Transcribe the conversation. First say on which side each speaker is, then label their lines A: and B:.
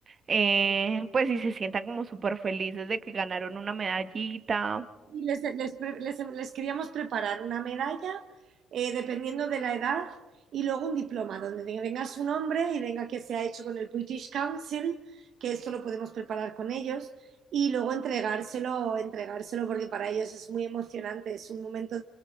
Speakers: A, on the right (about 35°); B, on the right (about 60°).
A: eh, pues y se sientan como súper felices de que ganaron una medallita. <laughs>
B: Y les, les, les- les queríamos preparar una medalla, eh, dependiendo de la edad, y luego un diploma donde venga su nombre y venga que se ha hecho con el British Council, que esto lo podemos preparar con ellos, y luego entregárselo, entregárselo porque para ellos es muy emocionante, es un momento